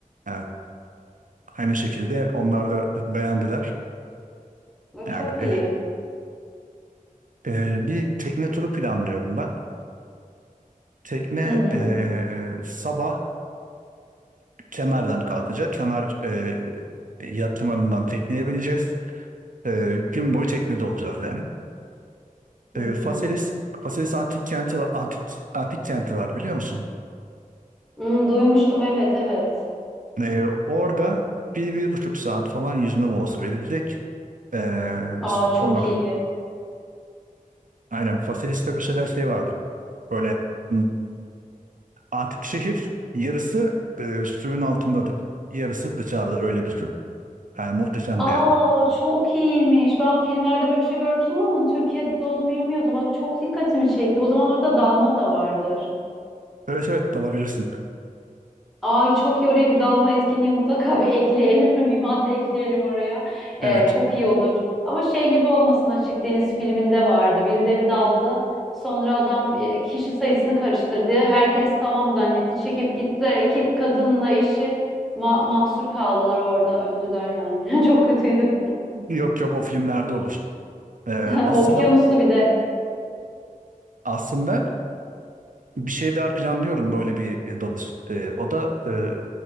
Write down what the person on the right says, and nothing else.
Ee, Aynı şekilde onlar da beğendiler.
Yani
eh,
eh, bir tekne turu planlıyorum ben. Tekne
eh, sabah Kemer'den kalkacak. Kemer eh, yat limanından tekneye bineceğiz. Eh, gün boyu teknede olacağız yani.
Eh, Faselis,
Faselis antik kenti var, antik, antik kenti var biliyor musun?
Eh, orada bir, bir buçuk saat falan yüzme molası verilecek. Eh,
sonra
aynen Faselis'te mesela şey vardı. Böyle hmm, Antik şehir yarısı e, suyun altındadır. Yarısı dışarıda öyle düşün. Yani muhteşem
bir yer.
Evet evet dalabilirsin.
Evet.
Yok yok o filmlerde olur. E,
aslında
aslında bir şey daha planlıyorum böyle bir e, dalış. E, o da e,